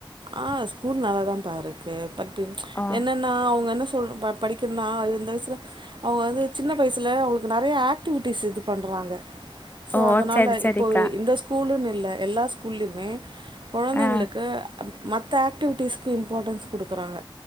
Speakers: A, on the right (about 70°); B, on the left (about 25°).
A: ஆ ஸ்கூல் நல்லா தாம்ப்பா இருக்கு பட்டு
B: ஓ
A: என்ன ன்னா அவங்க என்ன சொல் படிக்கனுன்னா இந்த வயசுல அவங்க வந்து சின்ன வயசில அவங்களுக்கு நெறைய ஆக்டிவிட்டிஸ் இது பண்ணுறாங்க ஸோ
B: ஓ
A: அதனால
B: சரி சரிக்கா.
A: இப்போ இந்த ஸ்கூலுன்னு இல்ல எல்லா ஸ்கூல்லயுமே கொழந்தைங்களுக்கு
B: ஆ
A: மத்த ஆக்டிவிட்டீஸ்க்கு இம்பாட்டன்ஸ் குடுக்குறாங்க